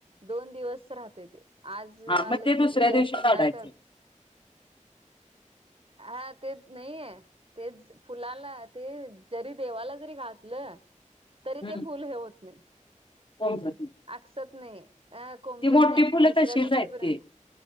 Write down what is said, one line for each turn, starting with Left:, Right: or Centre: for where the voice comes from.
Right: दोन दिवस राहतय ते. आज
Left: हा मग
Right: आलं
Left: ते
Right: की
Left: दुसऱ्या
Right: उद्या
Left: दिवशी
Right: संध्याकाळ
Left: काढायचं
Right: हा ते नाहीये. तेच फुलाला ते जरी देवाला जरी घातलं तरी
Left: हम्म
Right: ते फुल हे होत नाही
Left: कोमजत नाही
Right: आकसत नाही अ कोमजत
Left: ती मोठी
Right: नाही
Left: फुलं
Right: दुसऱ्या
Left: तशीच
Right: दिवशीपर्यंत
Left: आहेत ती